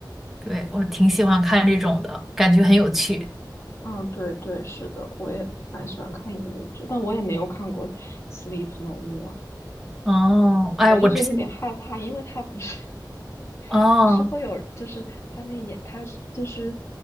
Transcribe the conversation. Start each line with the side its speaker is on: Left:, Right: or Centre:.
Centre: 对，我挺喜欢看这种的，感觉很有趣。
Left: 嗯，对对，是的，我也蛮喜欢看音乐剧，但我也没有看过《Sleep No More》，
Centre: 哦，
Left: 我就觉得有点害怕，
Centre: 哎，我之前，
Left: 因为它不是 <laughs>
Centre: 哦，
Left: 不是会有，就是他那演他是就是